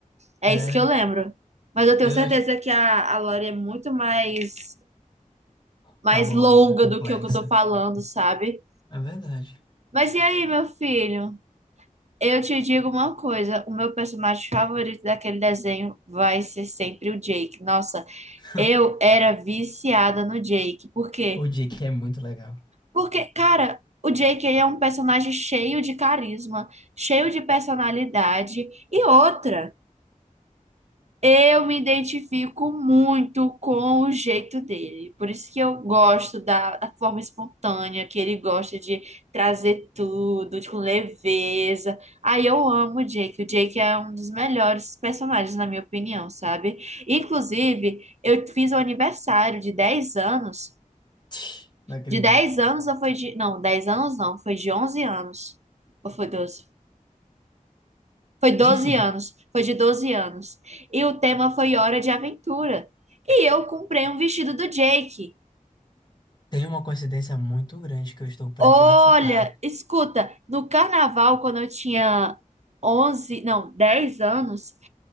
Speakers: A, on the right (about 55°); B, on the left (about 30°).
A: É
B: É,
A: isso que eu lembro. Mas eu tenho
B: eu
A: certeza
B: acho
A: que a, a Lore é muito mais, mais
B: cabulosa,
A: longa
B: complexa.
A: do que o que eu tô falando, sabe?
B: É verdade.
A: Mas e aí, meu filho? Eu te digo uma coisa, o meu personagem favorito daquele desenho vai ser sempre o Jake. Nossa,
B: <laughs>
A: eu era viciada no Jake. Por quê?
B: O Jake é muito legal.
A: Porque, cara, o Jake ele é um personagem cheio de carisma, cheio de personalidade e outra. Eu me identifico muito com o jeito dele. Por isso que eu gosto da, da forma espontânea, que ele gosta de trazer tudo de- com leveza. Aí eu amo o Jake. O Jake é um dos melhores personagens, na minha opinião, sabe? Inclusive, eu fiz o aniversário de 10 anos.
B: <tsk> Não acredito.
A: De 10 anos ou foi de. Não, 10 anos não, foi de 11 anos. Ou foi 12? Foi
B: Enfim,
A: 12 anos, foi de 12 anos. E o tema foi Hora de Aventura. E eu comprei um vestido do Jake.
B: tem uma coincidência muito grande que eu estou prestes
A: Olha,
B: a citar.
A: escuta, no carnaval, quando eu tinha 11 não, 10 anos,